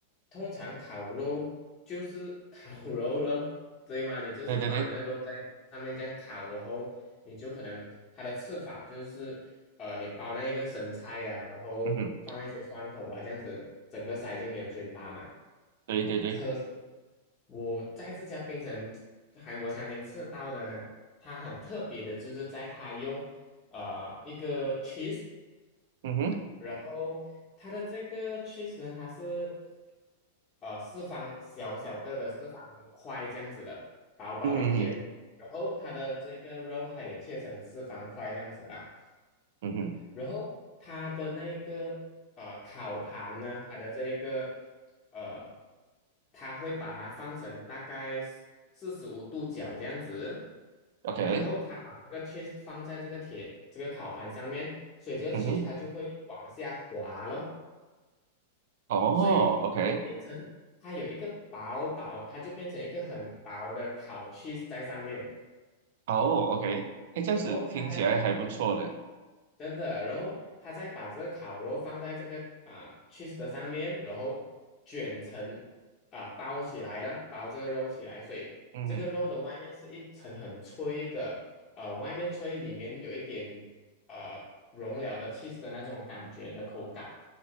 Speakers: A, on the left; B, on the right.
A: 通常烤肉就是烤 <laughs> 肉了，<laughs> 对吗？你就是把那个肉在上面这样烤，
B: 对对对，
A: 然后你就可能它的吃法就是呃，你包那一个生菜呀、然后放一些蒜头啊，
B: 嗯哼，
A: 这样子整个塞进你的嘴巴嘛。
B: 对对对，
A: 可是我在这家槟城韩国餐厅吃到的呢，它很特别的，就是在它用呃一个 cheese，
B: 嗯哼，
A: 然后它的这个 cheese 呢，它是呃四方小小个的四方块这样子的，薄薄一片，
B: 嗯哼，
A: 然后它的这个肉它也切成四方块这样子啦。
B: 嗯哼
A: 然后它的那个呃烤盘呢，它的这一个呃，它会把它放成大概四十五度角这样子，
B: ，OK，
A: 然后它把这个 cheese 放在这个铁这个烤盘上面，所以这个
B: 嗯哼，
A: cheese 它就会往下滑咯，
B: 哦，OK，
A: 所以就变成它有一个薄薄，它就变成一个很薄的烤 cheese 在上面，
B: 哦，OK，哎，这样子听起来还不错的，
A: 然后它在真的，然后他再把这个烤肉放在这个啊 cheese 的上面，然后卷成啊、包起来了，包这个肉起来，所以这个肉的外面是一层很脆的，
B: 嗯哼，
A: 呃，外面脆，里面有一点呃融了的 cheese 的那种感觉的口感，